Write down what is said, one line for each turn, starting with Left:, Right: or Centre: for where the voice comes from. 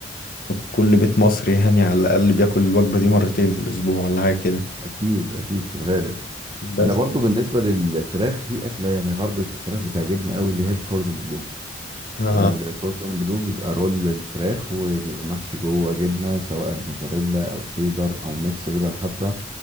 Left: كل بيت مصري يعني على الأقل بياكل الوجبة دي مرتين في الأسبوع ولا حاجة كده
Right: اكيد اكيد في الغالب
Left: بس
Right: انا برضو بالنسبه للفراخ في اكله يعني غرب في الفراخ بتعجبني قوي اللي هي الكوردون بلو
Left: آه
Right: الكوردون بلو بيبقى رول للفراخ وبيبقى محشي جوه جبنة سواء موزاريلا أو شيدر أو ميكس جبن حتى